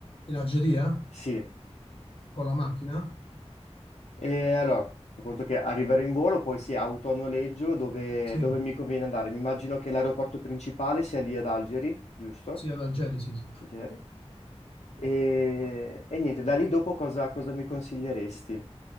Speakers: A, on the left; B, on the left.
A: In Algeria?
B: Sì.
A: Con la macchina?
B: E allora, per conto che arrivare in volo, poi sì, auto a noleggio, dove,
A: Sì,
B: dove mi conviene andare? Mi immagino che l'aeroporto principale sia lì ad Algeri, giusto?
A: sì, ad Algeri, sì, sì.
B: Algeri. E, e niente, da lì dopo cosa, cosa mi consiglieresti?